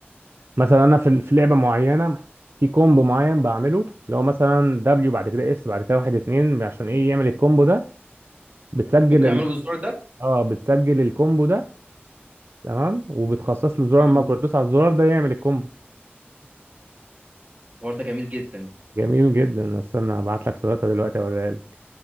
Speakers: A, on the right (about 70°); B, on the right (about 35°).
A: مثلا انا في في لعبه معينه في كومبو معين بعمله اللي هو مثلا دبليو بعد كده اس بعد كده واحد اتنين عشان ايه يعمل الكومبو ده بتسجل
B: ممكن
A: ال...
B: اعمله
A: مم.
B: بالزرار ده
A: اه بتسجل الكومبو ده تمام وبتخصص له زرار
B: مم.
A: ماكرو تدوس على الزرار ده يعمل الكومبو <laughs>
B: الحوار ده جميل جدا
A: جميل جدا استنى هبعت لك صورتها دلوقتي اوريها لك